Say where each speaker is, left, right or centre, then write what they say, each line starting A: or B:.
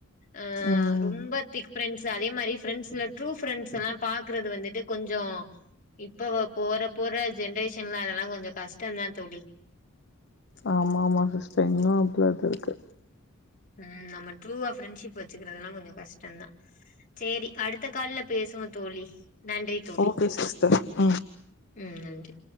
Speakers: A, on the left; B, on the left.
A: ஆ
B: ம்
A: ரொம்ப திக் ஃப்ரெண்ட்ஸ் அதே மாரி ஃப்ரெண்ட்ஸ்ல ட்ரூ ஃப்ரெண்ட்ஸ் ஸலா பாக்குறது வந்துட்டு கொஞ்சோ இப்ப போற போற ஜென்ரேஷன்லா அதெல்லா கொஞ்சோ கஷ்டந்தா தோழி
B: ஆமா ஆமா சிஸ்டர் இன்னு அப்பள இது இருக்கு
A: ம் நம்ம ட்ரூவா ஃரெண்ட்ஷிப் வச்சுக்கிறதுதெல்லா கொஞ்சோ கஷ்டந்தா சேரி அடுத்த கால்ல பேசுவோ தோழி நன்றி தோழி
B: ஓகே சிஸ்டர் ம்
A: ம் நன்றி